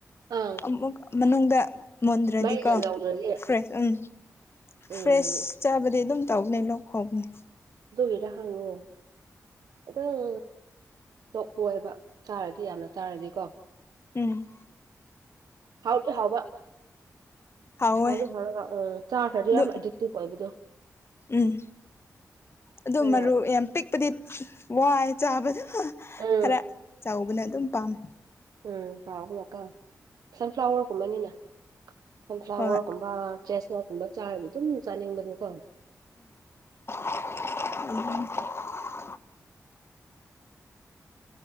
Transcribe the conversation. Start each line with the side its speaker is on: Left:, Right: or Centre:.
Right: ꯑꯪ
Left: ꯑꯃꯨ ꯃꯅꯨꯡꯗ ꯃꯨꯣꯟꯗ꯭ꯔꯗꯤꯀꯣ
Right: ꯃꯩꯅ ꯂꯧꯔꯗꯤ
Left: ꯐ꯭ꯔꯦꯁ ꯎꯝ
Right: ꯎꯝ
Left: ꯐ꯭ꯔꯦꯁ ꯆꯥꯕꯗꯤ ꯑꯗꯨꯝ ꯇꯧꯕꯅꯦ ꯂꯣꯛ ꯍꯧꯕꯅꯦ
Right: ꯍꯗ ꯈꯅꯉꯣ ꯈꯤꯇꯪ ꯂꯣꯛ ꯀꯣꯏꯕ ꯆꯥꯔꯗꯤ ꯌꯥꯝꯅ ꯆꯥꯔꯗꯤꯀꯣ
Left: ꯎꯝ
Right: ꯍꯥꯎ ꯇ ꯍꯥꯎꯕ
Left: ꯍꯥꯎꯋꯦ
Right: ꯑꯗꯨ ꯐꯔꯒ ꯎꯝ ꯆꯥꯈ꯭ꯔꯗꯤ
Left: ꯑꯗꯨ
Right: ꯌꯥꯝ ꯑꯦꯗꯤꯛꯇꯤꯞ ꯑꯣꯏꯕꯗꯣ
Left: ꯎꯝ ꯑꯗꯨ
Right: ꯑꯩꯅ
Left: ꯃꯔꯨ ꯌꯥꯝ ꯄꯤꯛꯄꯗꯤ ꯋꯥꯏ ꯆꯥꯕꯗ
Right: ꯎꯝ
Left: ꯈꯔ ꯆꯥꯎꯕꯅ ꯑꯗꯨꯝ ꯄꯥꯝꯃꯤ
Right: ꯎꯝ ꯇꯥꯒꯀ ꯁꯟꯐ꯭ꯂꯥꯋꯔꯒꯨꯝꯕꯅꯤꯅ ꯁꯟꯐ꯭ꯂꯥꯋꯔꯒꯨꯝꯕ
Left: ꯍꯣꯏ
Right: ꯆꯦꯁꯅ ꯀꯨꯝꯕ ꯆꯥꯔꯗꯤ ꯑꯗꯨꯝ ꯆꯥꯅꯤꯡꯕꯅꯤꯀꯣ
Left: ꯎꯝ